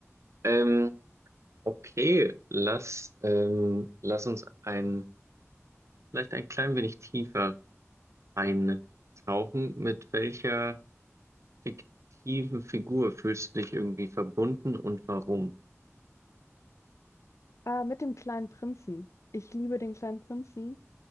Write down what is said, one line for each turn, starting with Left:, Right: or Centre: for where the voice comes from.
Right: Ähm, okay, lass, ähm, lass uns ein, vielleicht ein klein wenig tiefer eintauchen. Mit welcher fiktiven Figur fühlst du dich irgendwie verbunden und warum?
Left: Äh, mit dem kleinen Prinzen. Ich liebe den kleinen Prinzen.